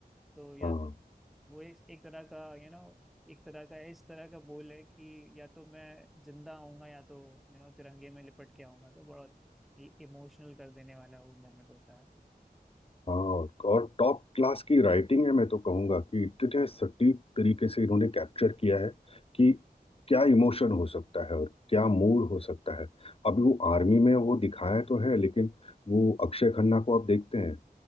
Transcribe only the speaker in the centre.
तो या
तो वो एक, एक तरह का यू नो एक तरह का इस तरह का बोल है कि या तो मैं जिंदा आऊंगा या तो यू नो तिरंगे में लिपट के आऊंगा तो बहुत इमोशनल कर देने वाला वो मोमेंट होता है